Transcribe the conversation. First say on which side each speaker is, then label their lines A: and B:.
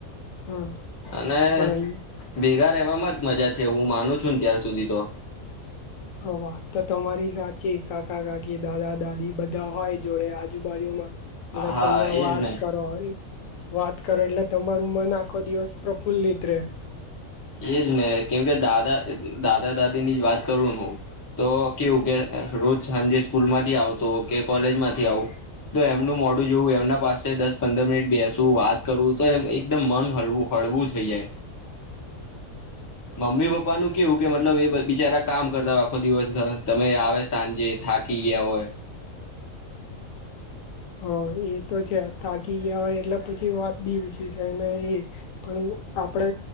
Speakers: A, on the left (about 75°); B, on the left (about 25°).
A: હા
B: અને
A: પણ અહી
B: ભેગા એ વામાં જ મજા છે હું માનું છું ને ત્યાાર સુધી તો
A: હા વાત તો તમારી સાચી કાકા કાકી દાદા દાદી બધા હોય જોડે આજુબાજુમાં એટલે
B: હા
A: તમને
B: એજ
A: વાત
B: ને
A: કરો હોય વાત કરો એટલે તમારું મન આખો દિવસ પ્રફુલ્લિત રહેે
B: એજ ને કેમ કે દાદા દાદા દાદી ની જ વાત કરું હું તો કેવું કે રોજ સાંજે સ્કૂલ માંથી આવતો કે કોલેજ માંથી આવું તો એમનું મોડું જોવું એમના પાસે દસ પંદર મિનિટ બેસવું વાત કરવું તો એમ એકદમ મન હલવું હોય પડવું થઈ જાય
A: હ
B: મમ્મી પપ્પાનુંું કેવું કે મતલબ એ બિચારા કામ કરતા હોય આખો દિવસ તમે આવે સાંજે થાકી ગયા હોય
A: હા એ તો છે તાકી ય એટલે પછી વાત બી ઓછી થાય ને એ પણ આપણે